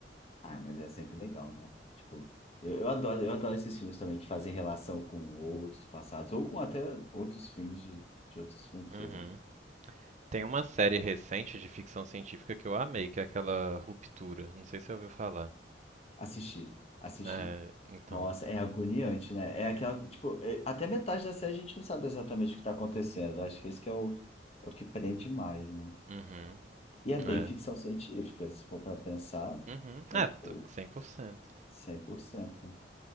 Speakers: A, on the left (about 35°); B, on the right (about 40°).
A: Ah, mas é sempre legal, né? Tipo, eu, eu adoro, eu adoro esses filmes também que fazem relação com outros passados ou com até outros filmes de, de outras franquias,
B: Uhum.
A: né?
B: Tem uma série recente de ficção científica que eu amei, que é aquela Ruptura. Não sei se você ouviu falar.
A: Assisti, assisti.
B: É, então.
A: Nossa, é agoniante, né? É aquela, tipo, é- até metade da série a gente não sabe exatamente o que tá acontecendo. Acho que esse que é o, é o que prende mais, né?
B: Uhum.
A: E é bem
B: É.
A: ficção científica, se for para pensar,
B: Uhum.
A: é
B: É,
A: tipo
B: tô 100%.
A: 100%. né?